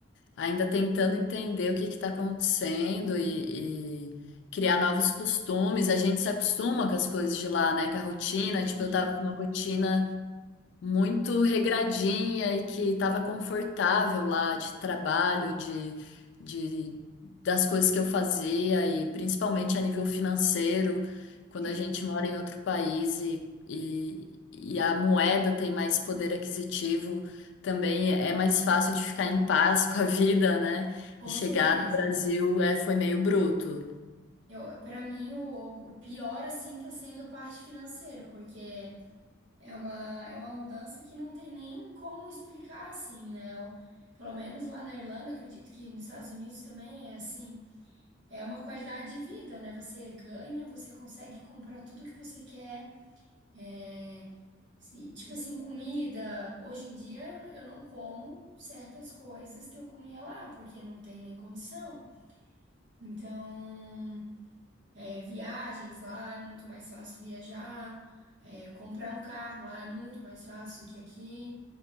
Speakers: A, on the left; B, on the right.
A: ainda tentando entender o que está acontecendo e, e criar novos costumes. A gente se acostuma com as coisas de lá, né? Com a rotina.
B: Sim,
A: Tipo, eu tava com uma rotina muito regradinha e que estava confortável lá de trabalho, de, de das coisas que eu fazia e principalmente a nível financeiro, quando
B: sim,
A: a gente mora em outro país e, e, e a moeda tem mais poder aquisitivo, também é mais fácil de ficar em paz com a vida, né?
B: com
A: E chegar
B: certeza.
A: no Brasil é, foi meio bruto.
B: Eu, para mim, o, o pior, assim, tá sendo a parte financeira, porque. É uma, é uma mudança que não tem nem como explicar assim, né? Eu- pelo menos lá na Irlanda, acredito que nos Estados Unidos também é assim. É uma qualidade de vida, né? Você ganha, você consegue comprar tudo que você quer. É, se- tipo assim, comida. Hoje em dia eu não como certas coisas que eu comia lá, porque não tem nem condição. Então, é, viagens lá é muito mais fácil viajar. É, comprar um carro lá é muito mais fácil do que aqui.